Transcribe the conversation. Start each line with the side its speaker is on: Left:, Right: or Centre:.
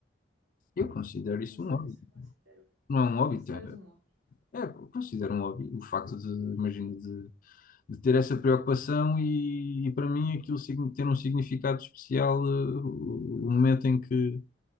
Left: Eu considero isso
Right: não sei
Left: um hobby.
Right: bem se considera,
Left: Não é um hobby,
Right: consideras
Left: tá?
Right: um hobby.
Left: É, considero um hobby o facto de, imagino, de, de ter essa preocupação e, e para mim aquilo signi- ter um significado especial, eh, o o momento em que,